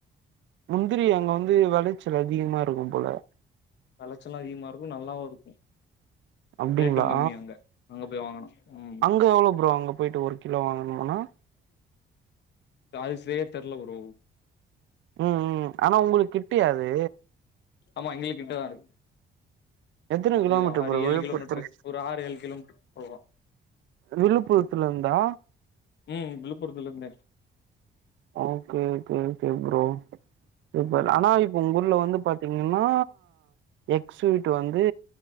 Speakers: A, on the right; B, on the left.
A: முந்திரி அங்க வந்து வெளைச்சல் அதிகமா இருக்கும் போல
B: வெளச்சலு அதிகமாக இருக்கு நல்லாவு இருக்கு
A: அப்டிங்களா
B: ரேட்டு கம்மி அங்க, அங்க போய் வாங்குனா ம்
A: அங்க எவ்ளோ ப்ரோ அங்க போயிட்டு ஒரு கிலோ வாங்கணும்னா
B: அது செரியா தெர்ல ப்ரோ
A: ம் ம் ஆனா உங்களுக் கிட்டயா அது
B: ஆமா எங்களுக் கிட்ட தா இருக்
A: எத்தன
B: ஒரு
A: கிலோமீட்டர்
B: ஆறு,
A: ப்ரோ
B: ஏழு
A: விழுப்புரத்துல
B: கிலோமீட்ரு ஒரு ஆறு ஏழ் கிலோமீட்ரு போவோ
A: விழுப்புரத்துலர்ந்தா
B: ம் விழுப்புரத்துலர்ந்தே
A: ஓகே ஓகே ஓகே ப்ரோ இப்ப
B: ம்
A: ஆனா இப்ப உங்க ஊர்ல வந்து பா த்தீங்கன்னா எக் ஸ்வீட் வந்து